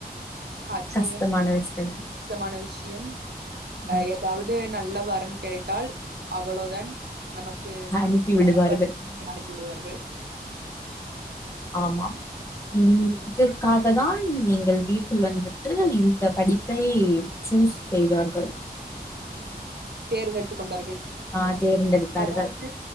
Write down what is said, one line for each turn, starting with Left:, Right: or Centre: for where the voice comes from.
Right: ஆச்சரியம்
Left: கஷ்டமான விஷயம்
Right: முக்கயமான விஷ் முக்கியம் அ
Left: ம்
Right: ஏதாவது நல்ல வரன் கிடைத்தால் அவ்வளோதான் நமக்கு
Left: அனுப்பி
Right: <unintelligible>
Left: விடுவார்கள்
Right: விடுவார்கள்
Left: ஆமாம் இ இதற்காக அதுதான் நீங்கள் வீட்டில் வந்துட்டு இந்த படிப்பை சூஸ் செய்தார்கள்
Right: ம் தேர்ந்தெடு த்து கொண்டார்கள்
Left: ஆ தேர்ந்தெடுத்தார்கள்
Right: அதாவது